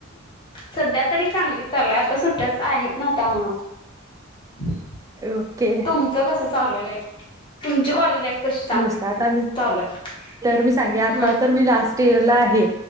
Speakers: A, on the left; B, on the right.
A: सध्या तरी चांगली चालूय आता सुट्ट्याच आहेत ना त्यामुळं <inaudible>
B: ओके
A: तुमचं कसं चालू आहे लाईफ? तुमची कॉलेज लाईफ कशी चांग
B: मस्त आता मी
A: चालू आहे?
B: तर मी सांगे आता
A: हम्म
B: तर मी लास्ट इयरला आहे